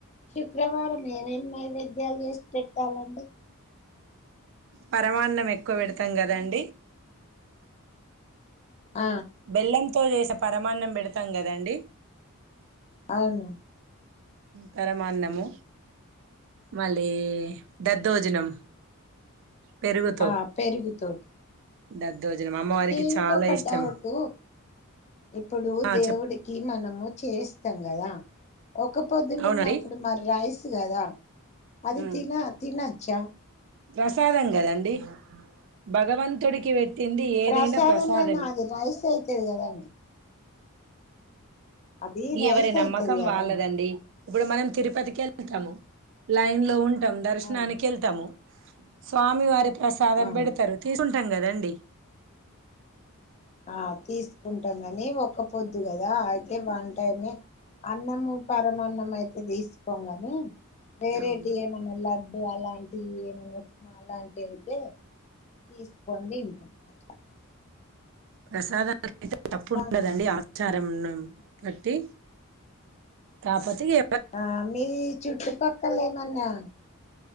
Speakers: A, on the left; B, on the right.
A: శుక్రవారం ఏమేమి నైవేద్యాలు చేసి పెట్టాలండి
B: పరమానం ఎక్కువ పెడతాం కదండి
A: ఆ
B: బెల్లంతో చే <unintelligible> పరమాన్నం పెడతాం కదండి
A: అవును
B: పరమాన్నము మళ్ళీ దద్దోజనం పెరుగుతో
A: ఆ పెరుగుతో
B: దద్దోజనం అమ్మవారికి
A: ఇంకొక
B: చాల ఇష్టం
A: డౌట్ ఇప్పుడు
B: ఆ
A: దేవుడికి
B: చెప్
A: మనము చేయిస్తాం కదా ఒక్కపొద్దులు
B: అవునండి
A: ఉన్నప్పుడు మరి రైస్ కదా అది
B: ఉమ్
A: తిన తినచ్చా
B: ప్రసాదం కదండి భగవంతుడికి వె ట్టింది ఏదైనా
A: ప్రసాదమైన
B: ప్రసాదమే
A: అది రైస్ అయితది కదండి అది రైస్
B: ఎవరి నమ్మకం
A: అయితది కదండి
B: వాళ్ళదండి ఇప్పుడు మనం తిరుపతికెళ్తాము లైన్ లో ఉంటాం దర్శనానికి
A: అవును
B: ఎళ్తాము స్వామి వారి ప్రసాదం
A: అవును
B: పెడతారు తీసుకుంటాం కదండి
A: ఆ తీసుకుంటాం కానీ ఒక్క పొద్దు కదా అయితే వన్ టైమే అన్నము పరమన్నం అయితే తీసుకోం గానీ వేరేటి
B: అవును
A: ఏమనా ల డ్డు అలాంటివి ఏమనా ఉప్మా లాంటివి అయితే తీసుకోని తింటాం అట్లా
B: ప్రసాదా <unintelligible> తప్పు
A: ఇంకా
B: ఉండదండి ఆ చారం నం కట్టి కాపోతో య
A: ఆ మీ చుట్టుపక్కల ఏమన్నా